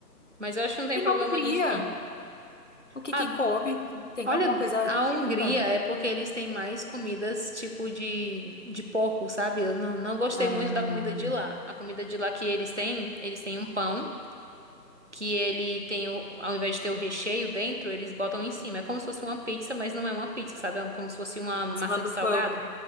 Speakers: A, on the right; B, on the left.
A: Mas eu acho que não tem
B: E
A: problema
B: na Hungria,
A: nisso não.
B: o que
A: Ah,
B: que come? Tem
A: Olha,
B: alguma coisa
A: a Hungria
B: típica?
A: é porque eles têm mais comidas tipo de, de porco, sabe? Eu não, não gostei
B: Ah,
A: muito da comida de lá. A comida de lá que eles têm, eles têm um pão que ele tem o, ao invés de ter o recheio dentro, eles botam em cima. É como se fosse uma pizza, mas não é uma pizza, sabe? É como se fosse uma
B: É
A: massa
B: Em cima do
A: de salgado.
B: pão.